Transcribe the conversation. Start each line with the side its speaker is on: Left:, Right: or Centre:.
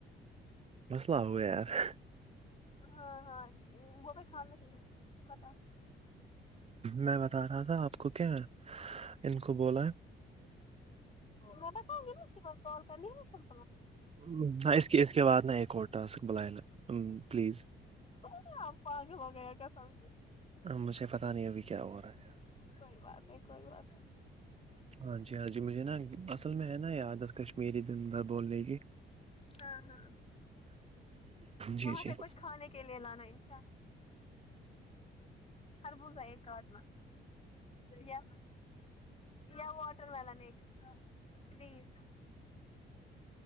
Right: مسئلہ ہو گیا یار
Left: ہاں ہاں وہ بھی کھانا چاہیے بتاؤ
Right: میں بتا رہا تھا آپ کو کیا ان کو بولا
Left: میں بتاؤں گی نا اس کے بعد کال کرنی ہے نہ سم
Right: وں ہاں اس کے اس کے بعد نہ ایک اور ٹاسک بلائے پلیز
Left: ہاں آپ پاگل ہو گئے ہو قسم سے
Right: مجھے پتہ نہیں ابھی کیا ہو رہا ہے
Left: کوئی بات نہیں کوئی بات
Right: ہاں جی ہاں جی مجھے نا اصل میں ہے نہ یہ عادت کشمیری دن بھر بولنےکی
Left: ہاں ہاں
Right: جی
Left: وہاں
Right: جی
Left: سے کچھ کھانے کے لیے لانا انشا خربوزہ ایک کاٹنا یا ہاں واٹر ملن ایک پلیز